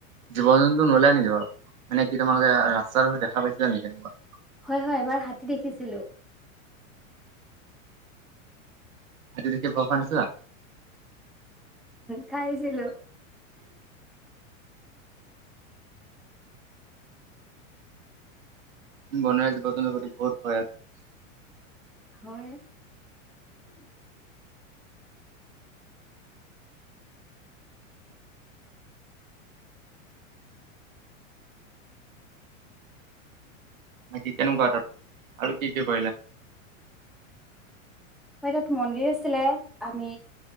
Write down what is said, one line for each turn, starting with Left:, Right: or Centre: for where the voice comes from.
Right: জীৱ জন্তু নোলাই নেকি বাৰু মানে কি তোমালোকে ৰাস্তাৰ দেখা পাইছিলা তেনেকুৱা?
Centre: হয় হয় এবাৰ হাতী দেখিছিলো।
Right: হাতী দেখি ভয় খোৱা নাছিলা?
Centre: খাইছিলো
Right: বনৰাজী গচন্ত কৰি বহুত ভয় আছে
Centre: হয়
Right: খেতি কেনেকুৱা তাত আৰু কি কি কৰিলা?
Centre: হয় তাত মন্দিৰ আছিলে আমি